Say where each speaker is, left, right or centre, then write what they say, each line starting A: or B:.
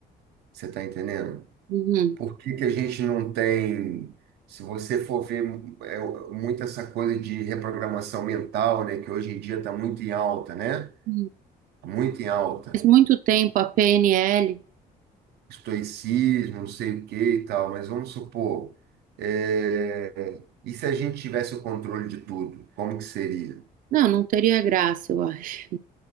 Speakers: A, on the right; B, on the right.
A: Você está entendendo?
B: uhum.
A: Por que que a gente não tem, se você for ver é, muito essa coisa de reprogramação mental, né, que hoje em dia está muito em alta, né?
B: Uhum.
A: Tá Muito em alta.
B: Faz muito tempo a PNL,
A: Estoicismo, não sei o que e tal, mas vamos supor, é, e se a gente tivesse o controle de tudo, como que seria?
B: não, não teria graça, eu acho.